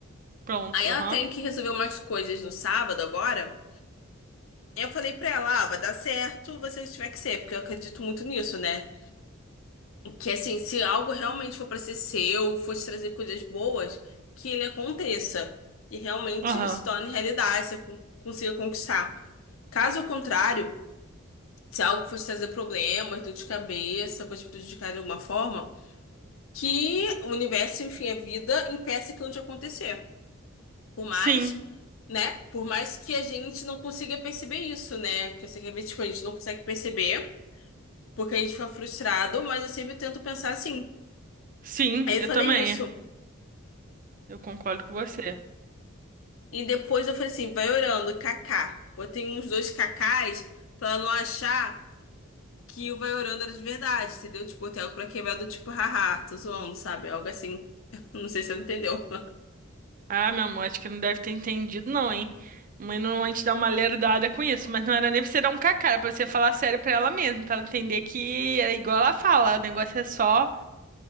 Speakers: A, on the right (about 40°); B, on the left (about 70°).
A: Pronto,
B: Aí ela
A: aham.
B: tem que resolver umas coisas no sábado agora. Eu falei pra ela, ah, vai dar certo, você tiver que ser, porque eu acredito muito nisso, né? Que assim, se algo realmente for pra ser seu, for te trazer coisas boas, que ele aconteça. E realmente
A: Aham.
B: se torne realidade, você con- consiga conquistar. Caso contrário, se algo for te trazer problemas, dor de cabeça, for te prejudicar de alguma forma, que o universo, enfim, a vida, impeça aquilo de acontecer. Por mais,
A: Sim,
B: né? Por mais que a gente não consiga perceber isso, né? Que eu sei que às vezes, tipo, a gente não consegue perceber, porque a gente fica frustrado, mas eu sempre tento pensar assim.
A: sim,
B: Aí eu
A: eu
B: falei
A: também.
B: isso.
A: Eu concordo com você.
B: E depois eu falei assim, vai orando, Kaká. Botei uns dois Kakás pra ela não achar que o vai orando era de verdade, entendeu? Tipo, botei algo pra quebrar do tipo, haha, tô zoando, sabe? Algo assim. <laughs> Não sei se você entendeu.
A: Ah, meu amor, acho que não deve ter entendido, não, hein? Mãe normalmente dá uma lerdada com isso, mas não era nem pra você dar um cacá, era pra você falar sério pra ela mesmo, pra ela entender que é igual ela fala, o negócio é só.